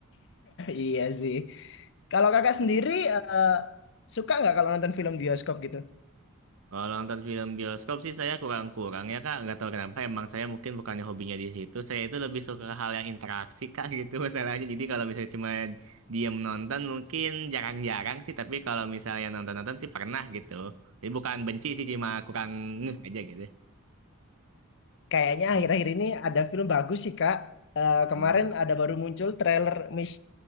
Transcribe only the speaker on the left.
Iya sih. Kalau kakak
sendiri eh, suka nggak kalau nonton film bioskop gitu?
Kayaknya
akhir-akhir ini ada film bagus sih Kak. Eh, kemarin
ada baru muncul trailer Miss